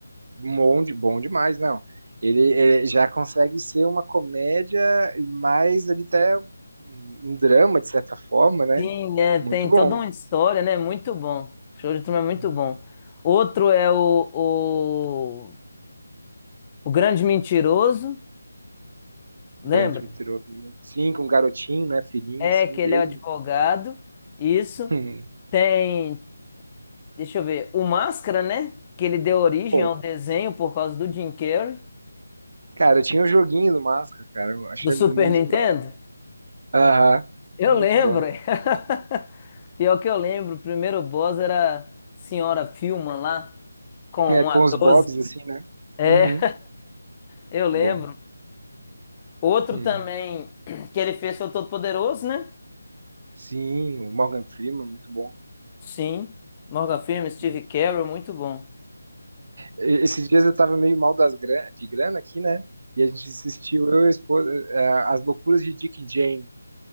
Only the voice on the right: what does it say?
Bom, de, bom demais, não. Ele, ele já consegue ser uma comédia, mas ele até um um drama, de certa forma, né?
Muito
bom.
Uhum.
grande
mentiroso. né? Sim, com um garotinho, né? Filhinho,
assim,
dele.
<laughs>
Pô,
cara, eu tinha um joguinho do Máscara, cara. Eu achei
muito
da hora. Aham,
muito
bom,
muito bom.
É,
com
os Bobs,
assim, né?
Uhum,
muito
bom.
Hum.
Sim, o Morgan Freeman, muito bom.
Hum.
E- Esses dias eu tava meio mal das gra- de grana aqui, né? E a gente assistiu, eu e a esposa, eh, As Loucuras de Dick e Jane.